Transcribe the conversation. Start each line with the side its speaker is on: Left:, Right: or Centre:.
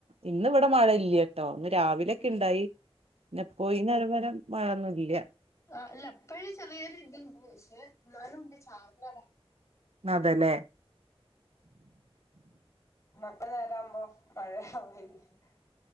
Right: ഇന്ന് ഇവടെ മഴ ഇല്യ ട്ടോ രാവിലെക്കെ
Left: ഉം
Right: ണ്ടായി പിന്നെ പോ ഈ നേരം വെരെ മഴൊന്നുല്യ
Left: ആ ല്ല ഇപ്പഴ് ചെറിയൊരു ഇത്ണ്ട് പക്ഷേ ന്നാലും ണ്ട് ചാറലാണ്
Right: അതെല്ലേ
Left: <unintelligible> നേരാകുമ്പോ മഴ <unintelligible>